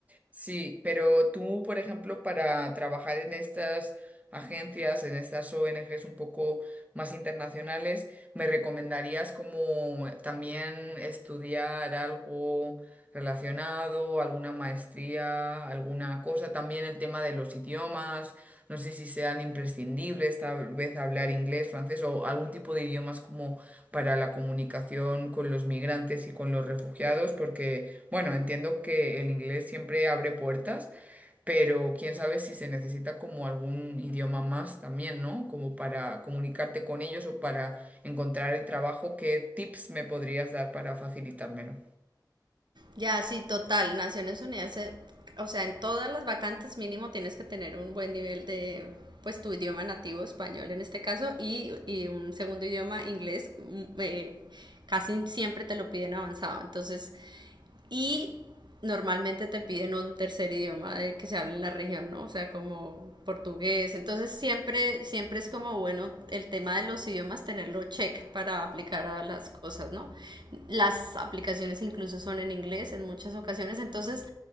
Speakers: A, on the right (about 20°); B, on the right (about 70°).
A: Sí, pero tú, por ejemplo, para trabajar en estas agencias, en estas ONGs un poco más internacionales, ¿me recomendarías como también estudiar algo relacionado, alguna maestría, alguna cosa? También el tema de los idiomas, no sé si sean imprescindibles, tal vez hablar inglés, francés o algún tipo de idiomas como para la comunicación con los migrantes y con los refugiados, porque... Bueno, entiendo que el inglés siempre abre puertas, pero quién sabe si se necesita como algún idioma más también, ¿no? Como para comunicarte con ellos o para encontrar el trabajo. ¿Qué tips me podrías dar para facilitármelo?
B: Ya, sí, total. Naciones Unidas, eh, o sea, en todas las vacantes mínimo tienes que tener un buen nivel de, pues, tu idioma nativo, español en este caso, y, y un segundo idioma, inglés, mm, eh, casi siempre te lo piden avanzado. Entonces, y normalmente te piden un tercer idioma del que se hable en la región, ¿no? O sea, como portugués. Entonces siempre, siempre es como bueno el tema de los idiomas tenerlo check para aplicar a las cosas, ¿no? Las aplicaciones incluso son en inglés en muchas ocasiones, entonces